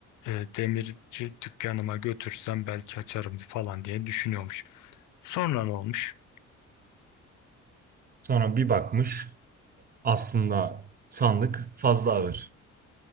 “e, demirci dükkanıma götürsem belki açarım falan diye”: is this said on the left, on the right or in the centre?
Left